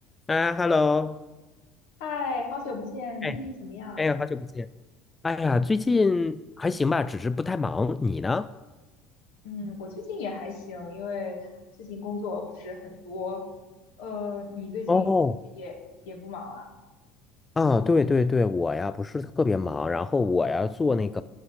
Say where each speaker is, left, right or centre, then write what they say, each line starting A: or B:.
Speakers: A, on the left; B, on the left.
A: 啊，Hello，
B: 嗨，好久不见，
A: 哎，
B: 最近怎么样？
A: 哎呀，好久不见。哎呀，最近还行吧，
B: 嗯
A: 只是不太忙。你呢？
B: 嗯，嗯我最近也还行，因为最近工作不是很多。呃，你最近也也不忙啊？
A: 哦，啊，对对对，我呀不是特别忙，然后我呀做那个
B: 嗯